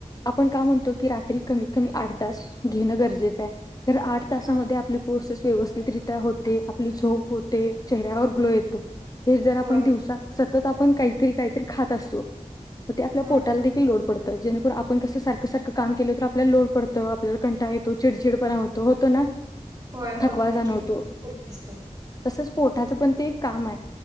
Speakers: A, on the left (about 30°); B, on the right (about 30°).
A: आपण का म्हणतो की रात्री कमीत कमी आठ तास घेणं गरजेचं आहे तर आठ तासामध्ये
B: हा
A: आपली प्रोसेस व्यवस्थित रित्या होते आपली झोप होते चेहऱ्यावर ग्लो येतो हे जर आपण
B: होय
A: दिवसा त आपण काहीतरी काहीतरी खात असतो मग ते आपल्या
B: हा
A: पोटाला देखील लोड पडत तर जेणेकरून आपण कसं सारखं सारखं काम केलं तर आपल्याला लोड पडतं आपल्याला कंटाळा येतो चिडचिडपणा होतं होतं ना
B: होय होतय
A: थकवा जाणवतो
B: की पोट दिसतो
A: तसंच पोटाचं पण ते एक काम आहे